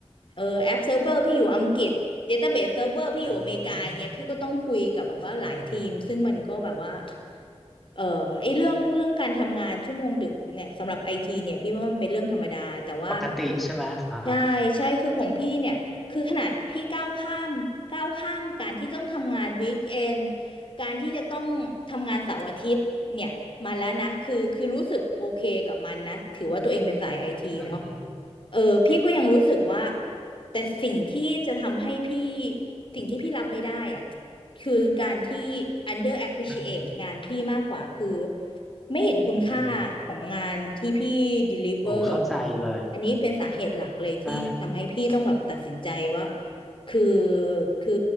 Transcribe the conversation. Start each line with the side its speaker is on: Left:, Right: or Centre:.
Left: เออแอปเซิร์ฟเวอร์พี่อยู่อังกฤษเดต้าเบสเซิร์ฟเวอร์พี่อยู่อเมริกาอย่างเงี้ยพี่ก็ต้องคุยกับแบบว่าหลายทีมซึ่งมันก็แบบว่า
Centre: อืมอืมอืมอืม
Left: เออไอเรื่องเรื่องการทำงานชั่วโมงดึกเนี่ยสำหรับไอทีเนี่ยพี่ว่ามันเป็นเรื่องธรรมดาแต่ว่า
Centre: ปกติใช่ไหมอ่า
Left: ใช่ใช่คือของพี่เนี่ยคือขนาดพี่ก้าวข้ามก้าวข้ามการที่ต้องทำงานวีคเอนการที่จะต้องทำงานเสาร์อาทิตย์เนี่ยมาแล้วนะคือคือรู้สึกโอเคกับมันนะถือว่าตัวเองเป็นสายไอทีเนาะ
Centre: อืมอืม
Left: เออพี่ก็ยังรู้สึกว่า แต่สิ่งที่จะทำให้พี่สิ่งที่พี่รับไม่ได้อะคือการที่ under appreciate
Centre: อืม
Left: งานพี่มากกว่าคือไม่เห็นคุณค่าของงานที่พี่
Centre: อืม
Left: deliver
Centre: โอ้ เข้าใจเลย
Left: อันนี้เป็นสาเหตุหลักเลยที่ทำให้พี่ต้องแบบตัดสินใจว่า
Centre: ใช่
Left: คือคือ